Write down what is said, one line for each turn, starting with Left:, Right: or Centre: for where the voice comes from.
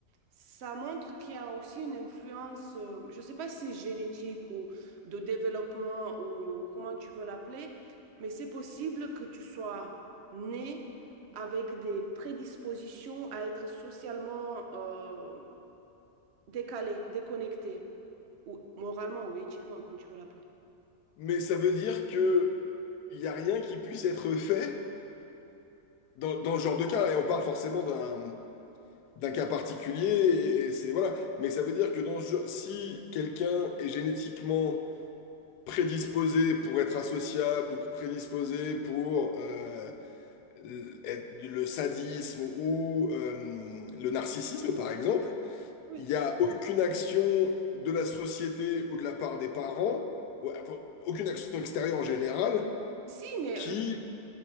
Right: ça montre qu'il y a aussi une influence, euh, je ne sais pas si c'est génétique ou de développement ou comment tu veux l'appeler, mais c'est possible que tu sois né avec des prédispositions à être socialement euh, décalé, déconnecté, ou moralement ou éthiquement, comme tu veux l'appeler.
Left: Mais ça veut dire que il y a rien qui puisse être fait dans, dans ce genre de cas, et on parle forcément d'un d'un cas particulier, et, et c'est voilà. Mais ça veut dire que dans ce genre, si quelqu'un est génétiquement prédisposé pour être associable ou prédisposé pour euh, l- être- le sadisme ou euh, le narcissisme, par exemple,
Right: Oui.
Left: il n'y a aucune action de la société ou de la part des parents, ou- enfin, aucune action extérieure en général,
Right: Si, mais
Left: qui,
Right: le-